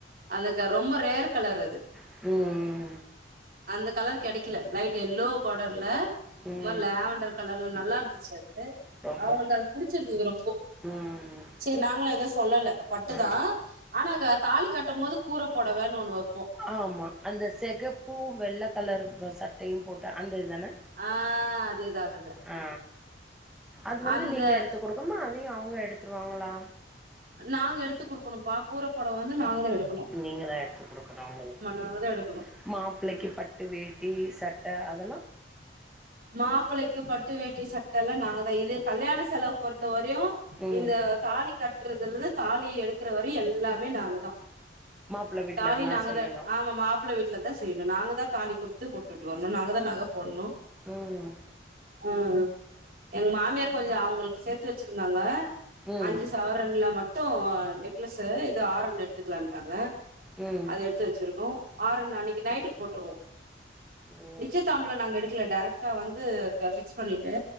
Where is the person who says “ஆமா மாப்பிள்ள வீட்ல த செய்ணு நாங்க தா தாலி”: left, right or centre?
Right